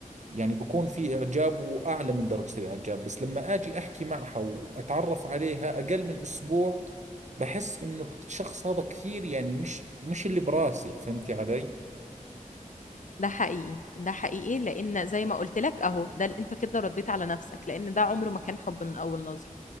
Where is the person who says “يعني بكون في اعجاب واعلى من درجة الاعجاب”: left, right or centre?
Right